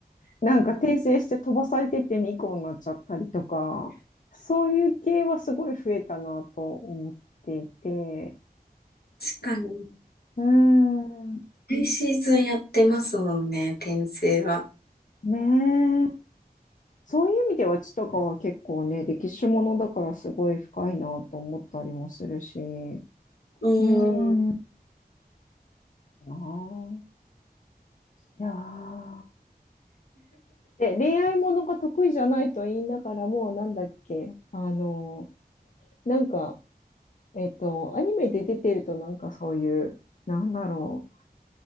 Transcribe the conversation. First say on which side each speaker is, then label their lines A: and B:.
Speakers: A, on the left (about 50°); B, on the left (about 75°).
A: なんか転生して飛ばされてって巫女になっちゃったりとか、そういう系はすごい増えたなと思っていて、
B: かに。
A: うーん、
B: 毎シーズンやってますもんね、転生は。
A: ねえ。そういう意味では血とかは結構ね、歴史ものだからすごい深いなと思ったりもするし、
B: う
A: うー
B: ん。
A: ん、かなあ。いやー。で、恋愛ものが得意じゃないと言いながらも、なんだっけ、あの、なんか、えっと、アニメで出てると、なんかそういう、なんだろう、